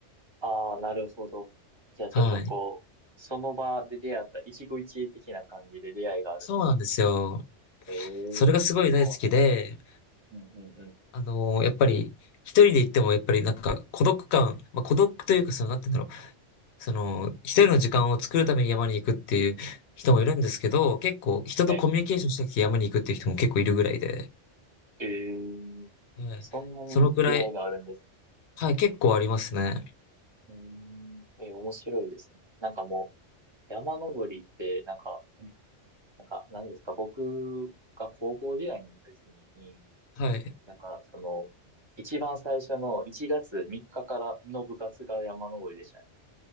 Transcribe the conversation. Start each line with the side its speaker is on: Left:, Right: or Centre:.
Right: ああ、なるほど。じゃあちょっとこう、
Left: はい。
Right: その場で出会った一期一会的な感じで出会いがあるんです。
Left: そうなんですよ。
Right: ええ、
Left: それがすごい大好きで、
Right: そうなん。うんうんうん。
Left: あのーやっぱり、一人で行っても、やっぱりなんか、孤独感、まあ、孤独というか、その、なんて言うんだろう。その、一人の時間を作るために山に行くっていう人もいるんですけど、結構、人とコミュニケーションしたくて山に行くっていう人も結構いるぐらいで、
Right: はい。ええ、
Left: はい。
Right: そんなに出会いがあるんですね。
Left: そのくらい、はい、結構ありますね。
Right: うーん。えー面白いですね。なんかもう、山登りって、なんか、なんか、なんですか、僕が高校時代の時に、
Left: はい。
Right: なんか、その、一番最初の1月3日かからの部活が山登りでしたね。